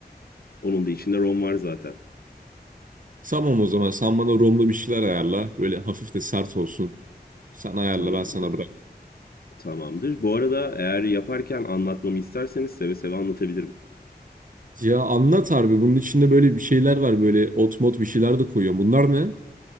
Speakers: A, on the left (about 60°); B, on the right (about 50°).
A: Onun da içinde rom var zaten.
B: Tamam o zaman sen bana romlu bir şeyler ayarla. Böyle hafif de sert olsun. Sen ayarla
A: Tamamdır.
B: ben sana bırak.
A: Tamamdır. Bu arada eğer yaparken anlatmamı isterseniz seve seve anlatabilirim.
B: Ya anlat harbi bunun içinde böyle bir şeyler var. Böyle ot mot bir şeyler de koyuyorum. Bunlar ne?